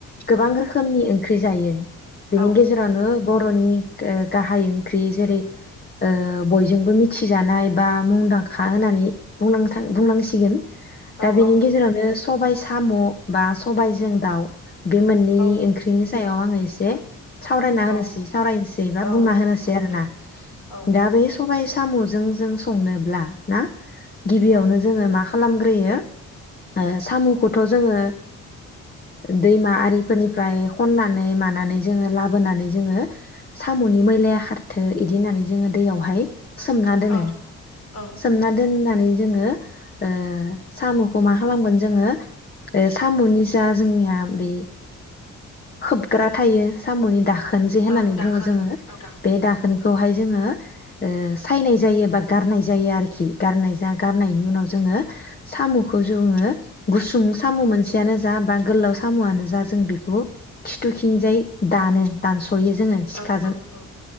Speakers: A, on the left (about 30°); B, on the left (about 80°).
A: गोबां रोखोम खोमनि ओंख्रि जायो। बेनि
B: औ
A: गेजेरानो बर'नि गाहाय ओंख्रि जेरै ओ बयजोंबो मिथिजानाय बा मुंदांखा होननानै बुंनांथार बुंनांसिगोन।
B: औ
A: दा बेनि गेजेरावनो स सबाइ साम' बा सबाइजों दाउ बे मोननि
B: औ
A: बिनि सायाव आङो एसे सावरायना
B: औ
A: होनोसै सावरायनोसै बा
B: औ
A: बुंना होनोसै
B: दे
A: आरो
B: दे
A: ना
B: औ
A: दा बे सबाइ सा साम'जों जों संनोब्ला ना। गिबियावनो
B: उम
A: जोङो मा खालामग्रोयो ओ साम'खौथ' जोङो दैमा आरिफोरनि फ्राय हननानै मानानै जोङो लाबोनानै जोङो साम'नि मैलाया खारथो इदि होननानै जोङो दैयावहाय सोमना दोनो।
B: औ औ
A: सोमना दोनो होननानै जोङो ओ साम'खौ मा खालामगोन जोङो साम'नि जा जोंनिया बे खोबग्रा थायो साम'नि दाखोन खोन जे होननानै
B: औ दाखोन
A: बुङो जोङो
B: औ
A: बे दाखोन खौहाय जोङो ओ सायनाय जायो बा गारनाय जा गारनाय जायो आरोखि गारनाय जा गारनायनि उनाव जोङो सामुखो जोङो गुसुं सामु मोनसेयानो जा बा गोलाव सामुवानो जा जों बेखौ खिथुखिंजाय दानो दानस सयो जोङो
B: औ
A: सिखाजों।
B: औ औ